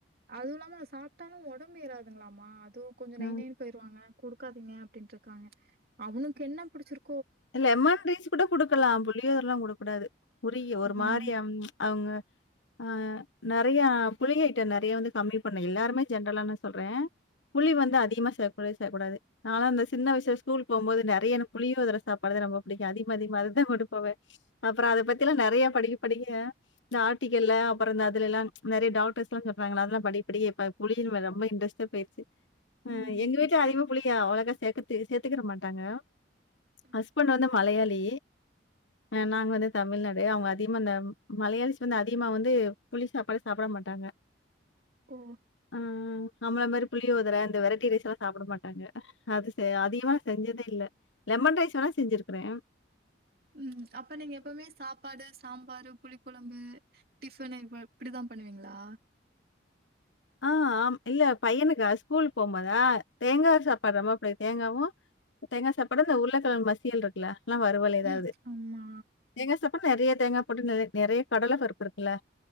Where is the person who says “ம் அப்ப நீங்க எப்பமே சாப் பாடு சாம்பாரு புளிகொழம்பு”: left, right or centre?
Right